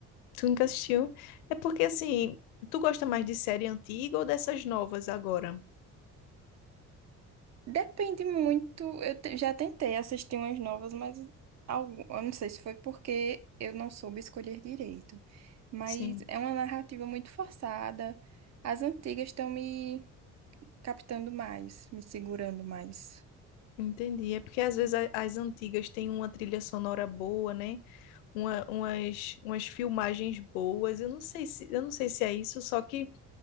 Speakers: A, on the left (about 70°); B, on the right (about 35°).
A: Tu nunca assistiu? É porque, assim, tu gosta mais de série antiga ou dessas novas agora?
B: Depende muito. Eu te- já tentei assistir umas novas, mas algo, eu não sei se foi porque eu não soube escolher direito. Mas
A: Sim,
B: é uma narrativa muito forçada. As antigas estão me captando mais, me segurando mais.
A: entendi. É porque às vezes a- as antigas têm uma trilha sonora boa, né? uma- umas, umas filmagens boas. Eu não sei se, eu não sei se é isso, só que